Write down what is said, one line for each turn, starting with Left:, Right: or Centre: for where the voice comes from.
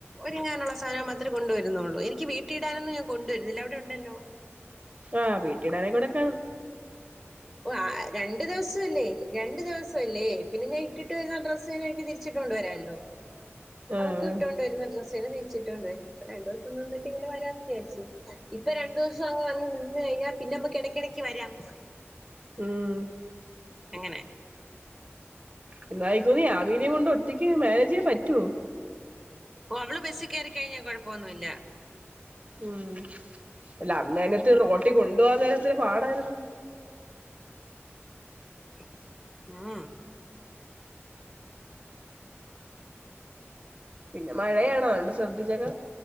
Centre: ഒരുങ്ങാനുള്ള സാധനം മാത്രേ കൊണ്ട് വരുന്നൊള്ളൂ. എനി നിക്ക് വീട്ടിടാനൊന്നും ഞാൻ കൊണ്ടുവരുന്നില്ല, അവിടെ ഉണ്ടല്ലോ
Right: ആഹ്, വീട്ടീടാനിവിടൊക്കെ
Centre: ഒ ആഹ്, രണ്ട് ദിവസ്സുല്ലേ, രണ്ടു ദിവസല്ലേ പിന്നെ ഞാൻ ഇട്ടിട്ട് വരുന്ന ആ ഡ്രസ്സും അതെനിക്ക് തിരിച്ചിട്ടു കൊണ്ട് വരാല്ലോ,
Right: ആഹ്
Centre: അവക്കും ഇട്ടൊണ്ട് വരുന്ന ഡ്രസ്സ് പിന്നെ തിരിച്ചിട്ടോണ്ട് വരാ, അപ്പൊ രണ്ടോസം നിന്നിട്ടിങ്ങനെ വരാന്ന് വിചാരിച്ച്. ഇപ്പൊ രണ്ടുസം അവ വന്ന് നിന്ന് ൽ പിന്നെ നമുക്കിടക്കിടക്ക് വരാം
Right: ഉം
Centre: എങ്ങനെ
Right: എന്നായിക്കുമി യാമീനെ കൊണ്ട് ഒറ്റക്ക് മേനേജയ്യാൻ പറ്റോ?
Centre: ഓഹ്, അവള് ബസ്സിൽ കയറി കഴിഞ്ഞാ കൊഴപ്പൊന്നുല്ല.
Right: ഉം, അല്ല അന്നേനത്ത് റോട്ടിൽ കൊണ്ട് പോവാൻ നേരത്ത് പാടായിരുന്നു
Centre: <inaudible> ആഹ്
Right: പിന്നെ മഴയാണോ അതൊണ്ട് ശ്രദ്ധിച്ചൊക്കെ